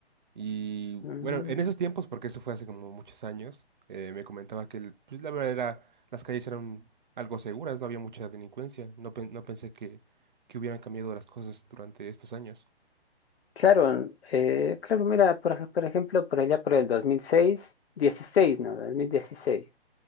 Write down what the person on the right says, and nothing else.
y,
bueno, en esos tiempos, porque eso fue hace como muchos años, eh, me comentaba que, el- pues, la verdad era, las calles eran algo seguras, no había mucha delincuencia. No, pen- no pensé que, que hubieran cambiado las cosas durante estos años.